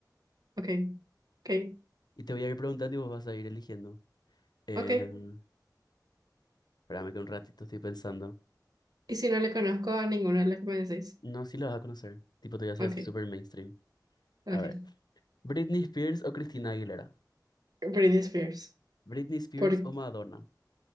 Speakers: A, on the right; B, on the left.
A: Ok, ok,
B: Y te voy a ir preguntando y vos vas a ir eligiendo. Eh,
A: ok.
B: espérame que un ratito estoy pensando.
A: Y si no le conozco a ninguno de los que me decís.
B: No, sí lo vas a conocer. Tipo, te voy a hacer
A: Ok,
B: así súper mainstream.
A: ok.
B: A ver. ¿Britney Spears o Christina Aguilera?
A: Britney Spears.
B: ¿Britney Spears
A: Por
B: o Madonna?